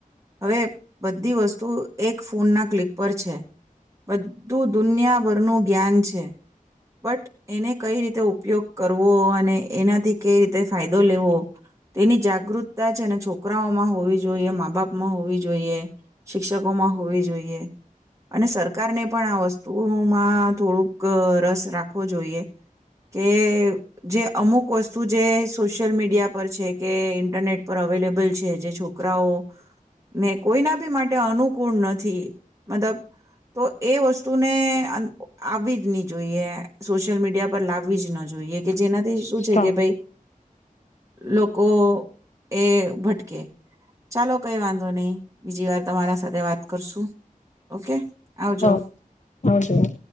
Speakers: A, on the right; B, on the left.
A: હવે બધી વસ્તુ એક ફોનના ક્લિક ઉપર છે બધું દુનિયાભરનું જ્ઞાન છે બટ એને કઈ રીતે ઉપયોગ કરવો અને એનાથી કઈ રીતે ફાયદો લેવો તેની જાગૃતતા છે ને છોકરાઓમાં હોવી જોઈએ મા બાપમાં હોવી જોઈએ શિક્ષકોમાં હોવી જોઈએ અને સરકારને પણ આ વસ્તુમાં થોડુંક રસ રાખવો જોઈએ કે જે અમુક વસ્તુ જે સોશિયલ મીડિયા પર છે કે ઇન્ટરનેટ પર અવેલેબલ છે જે છોકરાઓ ને કોઈના બી માટે અનુકૂળ નથી મતલબ તો એ વસ્તુને આવવી જ નહી જોઈએ સોશિયલ મીડિયા પર લાવવી જ ન જોઈએ કે જેનાથી શું
B: સ્ટોપ
A: છે કે ભાઈ લોકો એ ભટકે ચાલો કઈ વાંધો નહી બીજી વાર તમારા સાથે વાત કરશું ઓકે આવજો
B: હા આવ જો <inaudible>